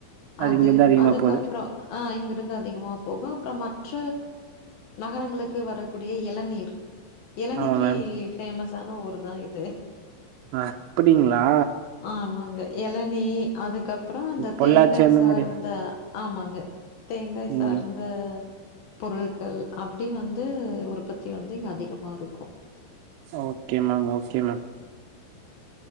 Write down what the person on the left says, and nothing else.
அது
அதுக்கப்றோ
ஆ இங்கிருந்து அதிகமா போகும் அப்புறோ மற்ற நகரங்களுக்கு வரக்கூடிய இளநீர் இளநீக்கு
பேஃமஸான ஊரு தா இது
ஆமாங்க இளநீ அதுக்கப்றோ அந்த
தேங்காய்
சார்ந்த
ஆமாங்க தேங்காய்
சார்ந்த பொருட்கள் அப்டி வந்து உற்பத்தி வந்து இங்க அதிகமா இருக்கும்